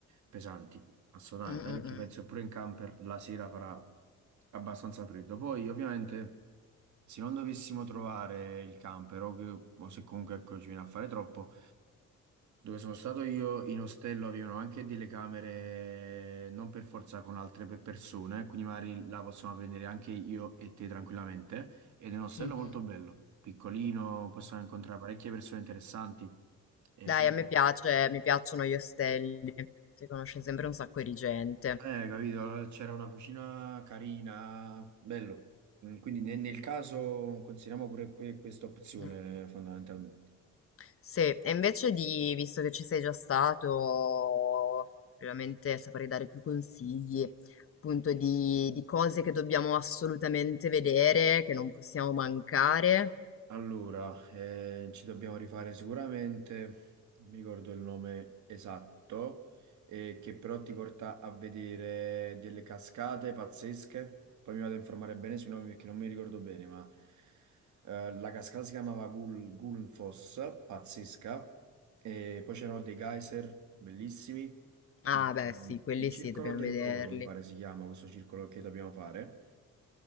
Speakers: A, on the right; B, on the left.
A: pesanti. Assolutamente,
B: Mm, mm,
A: anche perché
B: mm.
A: penso pure in camper la sera farà abbastanza freddo. Poi, ovviamente, se non dovessimo trovare il camper o, che- o se comunque ecco, ci viene a fare troppo, dove sono stato io in ostello avevano anche delle camere non per forza con altre pe- persone, quindi magari la possiamo prendere anche io e te tranquillamente. Ed è un ostello
B: Mhm.
A: molto bello, piccolino, possiamo incontrare parecchie persone interessanti. E
B: Dai,
A: poi
B: a me piace, mi piacciono gli ostelli. Si conosce sempre un sacco di gente.
A: Eh, capito, allora c'era una cucina carina, bello. Mm, Quindi ne- nel, caso consideriamo pure que- questa opzione
B: Mm.
A: fondamentalmente.
B: Sì, e invece di, visto che ci sei già stato, veramente saprei dare più consigli, appunto, di, di cose che dobbiamo assolutamente vedere, che non possiamo mancare.
A: Allora, eh, ci dobbiamo rifare sicuramente, non mi ricordo il nome esatto, eh, che però ti porta a vedere delle cascate pazzesche. Poi mi vado a informare bene sui nomi perché non mi ricordo bene, ma eh, la cascata si chiamava Gul Gulnfoss, pazzesca. E poi c'erano dei geyser bellissimi.
B: Ah,
A: Mm,
B: beh, sì, quelli
A: Il circolo
B: sì, dobbiamo
A: dell'oro,
B: vederli.
A: mi pare si chiama questo circolo che dobbiamo fare.